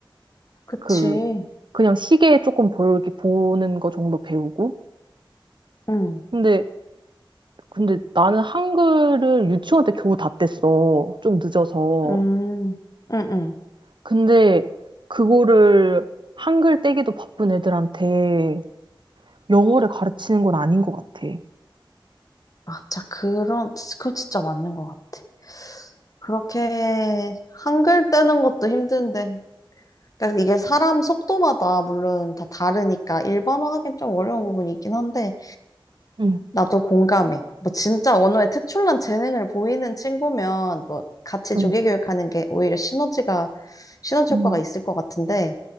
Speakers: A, on the left; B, on the right.
A: 그치.
B: 그, 그냥 시계 조금 보, 이렇게 보는 거 정도 배우고.
A: 응,
B: 근데, 근데 나는 한글을 유치원 때 겨우 다 뗐어. 좀 늦어서.
A: 음, 응, 응.
B: 근데 그거를 한글 떼기도 바쁜 애들한테 영어를 가르치는 건 아닌 것 같아.
A: 맞아. 그런, 그거 진짜 맞는 것 같아. 그렇게 한글 떼는 것도 힘든데. 그러니까 이게 사람 속도마다 물론 다 다르니까 일반화하긴 좀 어려운 부분이 있긴 한데
B: 응.
A: 나도 공감해. 뭐 진짜 언어에 특출난 재능을 보이는 친구면 뭐 같이
B: 응,
A: 조기 교육하는 게 오히려 시너지가 시너지
B: 응,
A: 효과가 있을 것 같은데